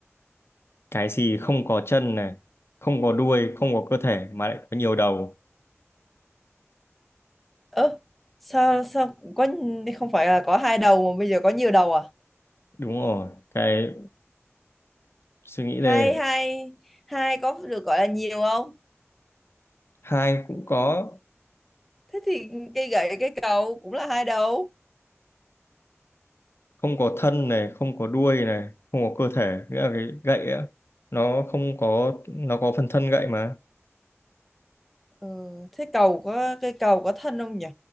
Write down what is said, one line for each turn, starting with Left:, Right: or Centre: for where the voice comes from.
Left: Cái gì không có chân này, không có đuôi, không có cơ thể mà lại có nhiều đầu.
Centre: Ơ, sao sao có không phải là có hai đầu mà bây giờ có nhiều đầu à?
Left: Đúng rồi. Cái suy nghĩ đây.
Centre: Hai hai hai có được gọi là nhiều không?
Left: Hai cũng có
Centre: thế thì cây gậy cây cầu cũng là hai đầu
Left: không có thân này không có đuôi này không có cơ thể nghĩa là cái gậy á nó không có nó có phần thân gậy mà
Centre: ừ, thế cầu có cây cầu có thân không nhỉ